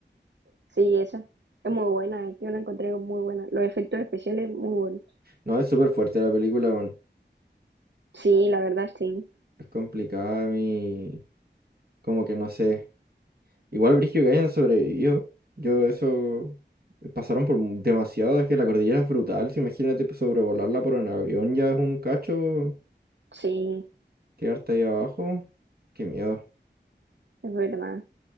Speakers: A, on the right (about 70°); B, on the right (about 55°).
A: Sí, esa es muy buena, eh, yo la encontré muy buena. Los efectos especiales muy buenos.
B: No, es súper fuerte la película, weón.
A: Sí, la verdad, sí,
B: Es complicada, mi... Como que no sé. Igual Brígido que hayan sobrevivido. Yo eso... Pasaron por mu- demasiado, es que la cordillera es brutal. Si imagínate pues, sobrevolarla por un avión, ya es un cacho.
A: sí,
B: Quedarte ahí abajo. Qué miedo.
A: es verdad.